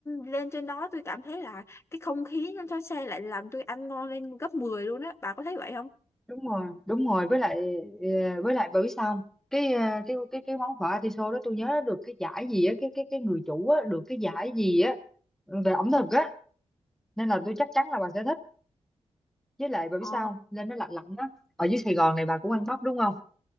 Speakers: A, on the left; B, in the centre.
A: Lên trên đó tôi cảm thấy là cái không khí trên xe lại làm tôi ăn ngon lên gấp 10 luôn á. Bà có thấy vậy không?
B: đúng rồi đúng rồi với lại ờ, với lại bởi xong cái ờ, cái cái cái món phở atiso đó tôi nhớ được cái giải gì á cái cái cái người chủ á được cái giải gì á ừ, về ẩm thực á nên là tôi chắc chắn là bà sẽ thích với lại bà
A: Ờ,
B: biết sao không? lên nó lạnh lạnh á ở dưới Sài Gòn này bà cũng ăn bắp đúng không